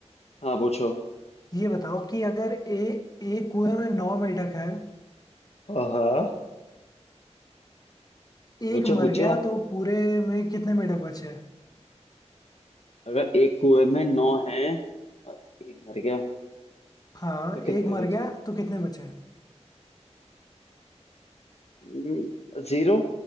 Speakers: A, on the left (about 65°); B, on the left (about 35°).
A: हाँ पूछो
B: ये बताओ कि अगर ए एक कुएं में नौ मेंढक हैं
A: हाँ हाँ। पूछो
B: एक मर
A: पूछो
B: गया तो पूरे में कितने मेंढक बचे हैं
A: अगर एक कुएं में नौ हैं और एक मर गया
B: हाँ
A: तो कितने
B: एक मर
A: बचे
B: गया तो कितने बचे हैं
A: हम्म, जीरो